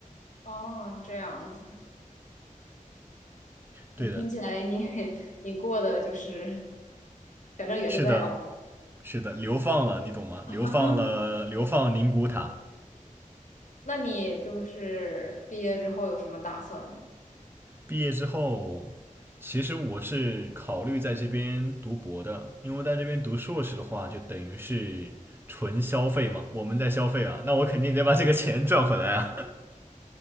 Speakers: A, on the left; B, on the right.
A: 哦，这样子，
B: 对的，
A: 你听起来你 <laughs> 你过的就是，反正也是在熬。
B: 是的，是的，流放了，你懂吗？流放了，
A: <laughs>
B: 流放宁古塔。
A: 那你就是毕业之后有什么打算吗？
B: 毕业之后，其实我是考虑在这边读博的，因为在这边读硕士的话，就等于是纯消费嘛，我们在消费啊，那我肯定得把这个钱赚回来啊。